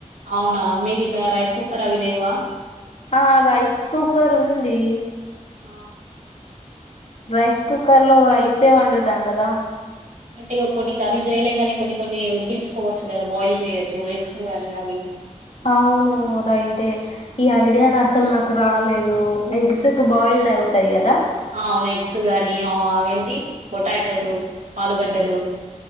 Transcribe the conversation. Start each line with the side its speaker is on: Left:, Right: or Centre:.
Right: అవునా మీది ఇట్లా రైస్ కుక్కర్ అవి లేవ
Left: ఆ రైస్ కుక్కర్ ఉంది
Right: ఆ
Left: రైస్ కుక్కర్ లో రైసే వండుతాం కదా
Right: అంటే కొన్ని కర్రీ చేయలేం కాని కొన్ని కొన్ని ఉడికించుకోవచ్చు కదా బాయిల్ చేయచ్చు ఎగ్స్ గానీ అవి
Left: అవును రైటే ఈ ఐడియా అసలు నాకు రాలేదు ఎగ్స్ కు బాయి <unintelligible> అవుతాయి కదా
Right: అవును ఎగ్స్ గానీ అవేంటి పొటాటోస్ ఆలుగడ్డలు